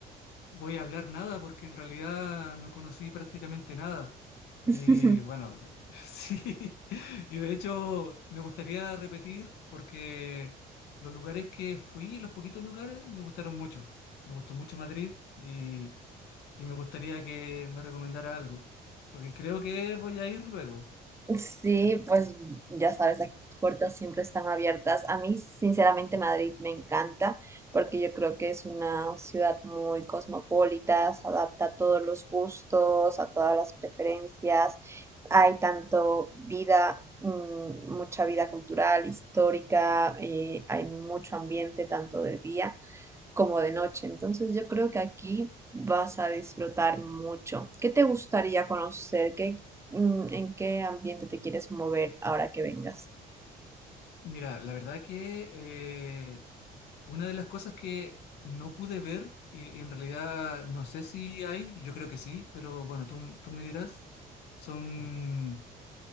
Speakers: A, on the left; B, on the right.
A: voy a hablar nada porque en realidad no conocí prácticamente nada. Y
B: <laughs>
A: bueno, <laughs> sí, y de hecho me gustaría repetir porque los lugares que fui, los poquitos lugares, me gustaron mucho. Me gustó mucho Madrid y, y me gustaría que me recomendara algo, porque creo que voy a ir luego.
B: Sí, pues ya sabes, aquí las puertas siempre están abiertas. A mí, sinceramente, Madrid me encanta porque yo creo que es una ciudad muy cosmopolita, se adapta a todos los gustos, a todas las preferencias. Hay tanto vida, mm, mucha vida cultural, histórica, eh, hay mucho ambiente tanto de día como de noche. Entonces yo creo que aquí vas a disfrutar mucho. ¿Qué te gustaría conocer? ¿Qué, mm, en qué ambiente te quieres mover ahora que vengas?
A: Mira, la verdad que eh, una de las cosas que no pude ver, y en realidad no sé si hay, yo creo que sí, pero bueno, tú, tú me dirás, son,